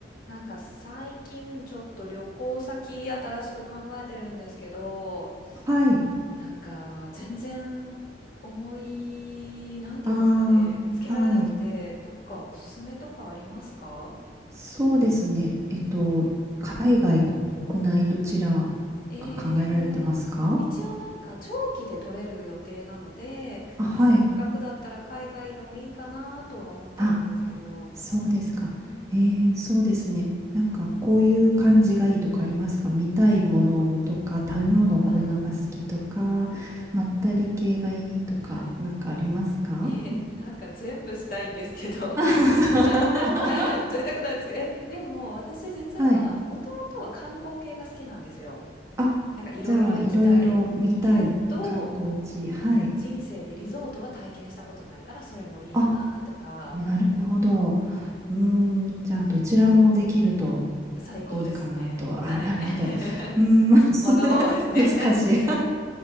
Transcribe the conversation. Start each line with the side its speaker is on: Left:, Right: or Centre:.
Left: なんか最近ちょっと旅行先新しく考えてるんですけど、
Right: はい。
Left: なんか全然思い、なんていうんですかね、
Right: ああ、
Left: 見つけられなくて、
Right: はい。
Left: どっかおすすめとかありますか
Right: そうですね。えっと、
Left: うん
Right: 海外、国内、どちら
Left: えー、
Right: が考えられてますか
Left: 一応なんか長期で取れる予定なので、
Right: あ、はい。
Left: せっかくだったら海外でもいいかなとは思ってるんですけど、
Right: あ、そうですか。
Left: うん
Right: えー、そうですね。なんか、こういう感じがいいとかありますか見たいものとか、食べ物、こういうのが好きとか、
Left: あ
Right: まったり系がいいとか、
Left: あ、はい。
Right: なんかありますか
Left: えー、なんか全部したいんですけど、
Right: <laughs> は
Left: 贅沢だ。贅沢なんですけど、え、でも私実は、
Right: い。
Left: もともとは観光系が好きなんですよ。
Right: あ、
Left: なんかいろいろ行きたいけど、
Right: じゃあ、いろいろ見たい観光地。はい。
Left: 人生でリゾートは体験したことないから、それもいいなとか、
Right: あなるほど。
Left: はい。
Right: うーん、じゃあ、どちらもできると
Left: 最高ですね。
Right: いいかなと。
Left: はい。
Right: あ、なるほど。
Left: <laughs>
Right: うーん、まあ <laughs>
Left: わがままですね。
Right: 難しい。
Left: <laughs>